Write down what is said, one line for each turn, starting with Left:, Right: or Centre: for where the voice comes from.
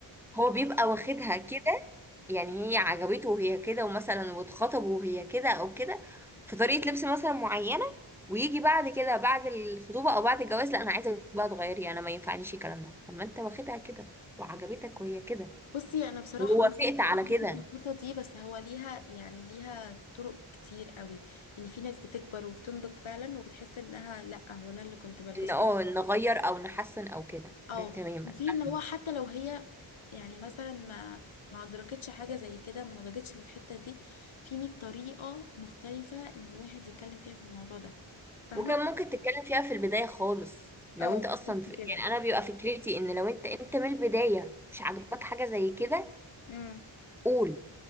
Centre: هو بيبقى واخدها كده يعني هي عجبته وهي كده ومثلا واتخطبوا وهي كده او كده في طريقة لبس مثلا معينة ويجي بعد كده بعد الخطوبة او بعد الجواز لا انا عايزة بقى تغيري انا ما ينفعنيش الكلام ده طب ما انت واخدها كده وعجبتك وهي كده
Left: بصي انا بصراحه
Centre: ووافقت
Left: مختلفه
Centre: على
Left: معاكي
Centre: كده
Left: في النقطه دي بس هو ليها يعني ليها طرق كتير قوي يعني في ناس بتكبر وبتنضج فعلا وبتحس انها لا هو انا اللي كنت بلبسه
Centre: ان اه نغير او نحسن او كده
Left: اه
Centre: ده تماما
Left: وفي
Centre: فاهمة
Left: ان هو حتى لو هي يعني مثلا ما ما ادركتش حاجه زي كده ما نضجتش للحته دي في 100 طريقه مختلفه ان الواحد يتكلم فيها في الموضوع ده فاهمه
Centre: وكان ممكن تتكلم فيها في البداية خالص لو
Left: اه
Centre: انت
Left: بالظبط
Centre: اصلا في...
Left: كده
Centre: يعني انا بيبقى فكرتي ان لو انت انت من البداية مش عاجباك حاجة زي كده
Left: امم
Centre: قول